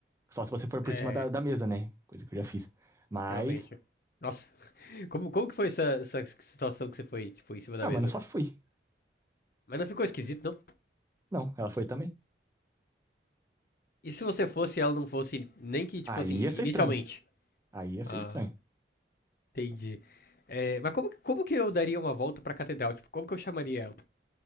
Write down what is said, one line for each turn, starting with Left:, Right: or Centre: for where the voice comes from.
Right: Só se você for por
Left: É,
Right: cima da, da mesa, né? Coisa que eu já fiz. Mas.
Left: realmente. Nossa, <laughs> como, como que foi essa, essa situação que você foi, tipo, em cima da
Right: Ah,
Left: mesa?
Right: mas não só fui.
Left: Mas não ficou esquisito, não?
Right: Não, ela foi também.
Left: E se você fosse e ela não fosse, nem que, tipo
Right: Aí
Left: assim,
Right: ia ser
Left: inicialmente?
Right: estranho. Aí ia
Left: Ah,
Right: ser estranho.
Left: entendi. É, mas como, que- como que eu daria uma volta pra catedral? Tipo, como que eu chamaria ela?